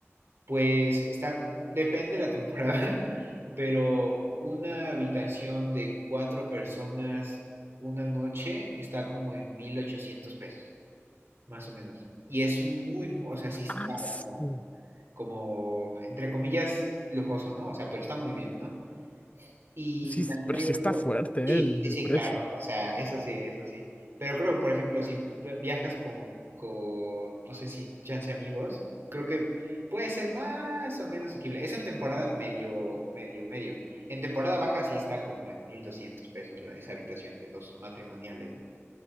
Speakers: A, on the right (about 60°); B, on the left (about 30°).
A: pues está, depende de la temporada, <laughs> pero una habitación de cuatro personas una noche está como en 1.800 pesos, más o menos. Y es un muy, muy, o sea, sí está
B: Ah, sí,
A: como, como, entre comillas, lujoso, ¿no? O sea, pero está muy bien, ¿no? Y
B: Sí, s-
A: también
B: pero
A: hay
B: sí
A: otro.
B: está fuerte, eh,
A: Sí,
B: el,
A: sí,
B: el
A: sí,
B: precio.
A: claro. O sea, eso sí, eso sí. Pero creo que, por ejemplo, si vi- viajas con, con, no sé si chance amigos, creo que puede ser más o menos asequible. Es en temporada medio, medio, medio. En temporada baja sí está como en 1200 pesos esa habitación de dos matrimoniales, ¿no?